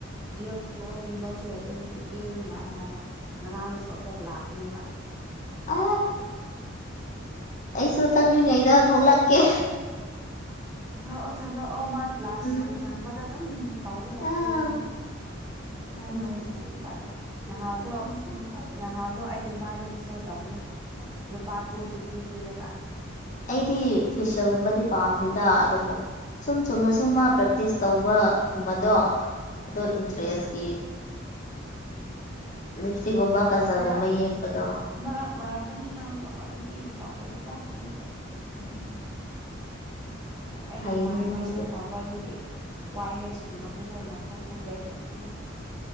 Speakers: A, on the right; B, on the left.
A: ꯗꯤꯁꯨ ꯄꯤꯝꯄꯜꯁꯨ ꯂꯩꯇꯦ ꯑꯗꯨꯗꯤ ꯀꯦꯝꯕ ꯅꯨꯡꯉꯥꯏ ꯍꯥꯏꯅ ꯉꯔꯥꯡꯗꯁꯨ ꯑꯃꯨꯛ ꯂꯥꯛꯄꯅꯦꯕ
B: ꯑ ꯑꯩꯁꯨ ꯆꯪꯗ꯭ꯔꯤꯉꯩꯗ ꯊꯣꯛꯂꯛꯀꯦ
A: ꯊꯣꯛꯂꯛꯑꯣ ꯊꯣꯛꯂꯛꯑꯣ ꯃꯥ ꯀ꯭ꯂꯥꯁ
B: ꯎꯝ
A: ꯁꯪ ꯁꯪꯕꯗ ꯑꯗꯨꯝ ꯇꯧꯔꯒ
B: ꯑꯥ
A: ꯀꯦꯕꯅꯦ ꯃꯥꯅ
B: ꯎꯝ
A: <unintelligible> ꯁꯪꯒꯔꯤ <unintelligible> ꯄꯥꯏ ꯂ ꯅꯍꯥꯟꯗꯣ
B: ꯎꯝ
A: ꯅꯍꯥꯟꯗꯣ ꯑꯩꯒꯤ ꯃꯥꯏꯗ ꯐꯤꯁꯦꯜ ꯇꯧꯕꯅꯦ ꯂꯨꯄꯥ ꯇꯨ ꯐꯤꯐꯇꯤ ꯄꯤꯔꯒ
B: ꯑꯩꯗꯤ ꯐꯦꯁꯤꯜꯒꯨꯝꯕꯗꯤ ꯄꯥꯝꯗꯦꯗ ꯑꯗꯨꯕꯨ ꯁꯨꯝ ꯁꯨꯝꯅ ꯁꯨꯝ ꯃꯥ ꯄ꯭ꯔꯦꯛꯇꯤꯁ ꯇꯧꯕ ꯒꯨꯝꯕꯗꯣ ꯑꯗꯣ ꯏꯟꯇꯔꯦꯁꯀꯤ
A: ꯎꯝ
B: ꯂꯤꯞꯇꯤꯛꯒꯨꯝꯕ ꯀꯖꯔꯒꯨꯝꯕ
A: ꯃꯔꯛ
B: ꯌꯦꯛꯄꯗꯣ
A: ꯃꯔꯛ ꯃꯔꯛꯇꯅꯤ ꯃꯥꯅ ꯇꯧꯕ ꯅꯨꯡꯇꯤꯒꯤ ꯇꯧꯗꯦꯕꯒꯣ ꯑꯗꯨꯒꯤ
B: ꯎꯝ <unintelligible>
A: ꯑꯩꯒꯤ
B: ꯐꯩꯅ
A: ꯃꯥꯏ
B: ꯅꯣꯏꯗꯤ
A: ꯐꯦꯁꯦꯜ ꯇꯧꯕ ꯑꯗꯨꯒꯤ ꯋꯥꯏ ꯍꯦꯠꯁꯀꯨꯝꯕꯗꯨ ꯂꯣꯏꯅꯥ ꯂꯧꯊꯣꯛꯄ ꯕꯔꯦꯛ ꯍꯦꯠ ꯒꯨꯝꯕꯗꯣ